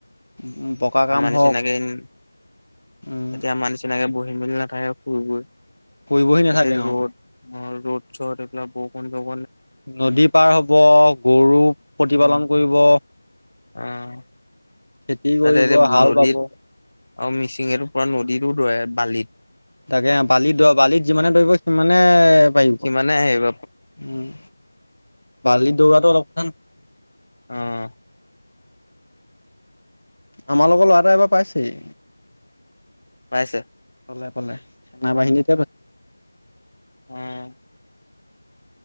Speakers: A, on the left; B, on the left.
A: উম, পকা কাম
B: আমাৰ নিচিনাকে
A: হওক
B: উম',
A: উম
B: এতিয়া আমাৰ নিচিনাকে বহি নাথাকে শুই-বুই।
A: কৰিবহি নাথাকে
B: এই ৰ'দ,
A: আৰু
B: অ', ৰ'দ চদ এইবিলাক বৰষুণ-সৰখুন
A: নদী পাৰ হব, গৰু প্ৰতিপালন কৰিব।
B: অ',
A: খেতি
B: তাতে
A: কৰিব,
B: এতিয়া
A: হাল
B: নদীত
A: বাব।
B: আৰু মিচিঙে টো পৰা নদীতো দৌৰে, বালিত।
A: তাকে অ', বালি দ বালিত যিমানে দৌৰিব সিমানে পাৰিব।
B: সিমানে
A: উম',
B: আহিব
A: বালিত দৌৰাটো অলপ <unintelligible>
B: অ'।
A: আমাৰ লগৰ ল'ৰা এটাই এবাৰ পাইছেই।
B: ছে।
A: পালে-পালে, সেনা বাহিনীক।
B: উম'।